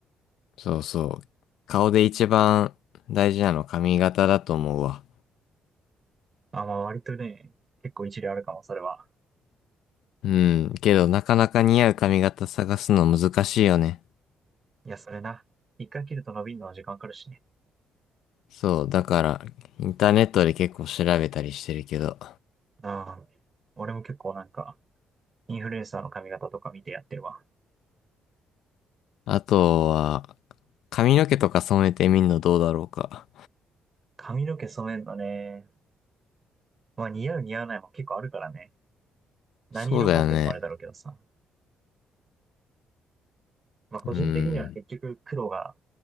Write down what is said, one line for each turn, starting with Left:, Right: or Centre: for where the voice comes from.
Left: そうそう。顔で一番大事なの髪型だと思うわ。
Right: あ、まあ割とね、結構一理あるかも、それは。
Left: うん。けど、なかなか似合う髪型探すの難しいよね。
Right: いや、それな。一回切ると伸びるのは時間かかるしね。
Left: そう、だから、インターネットで結構調べたりしてるけど。
Right: ああ、俺も結構なんか、インフルエンサーの髪型とか見てやってるわ。
Left: あとは、髪の毛とか染めてみんのどうだろうか。
Right: 髪の毛染めんのね。まあ似合う似合わないも結構あるからね。何色かっていうのもあれだろうけどさ。
Left: そうだよね。
Right: まあ個人的には結局黒が
Left: うん。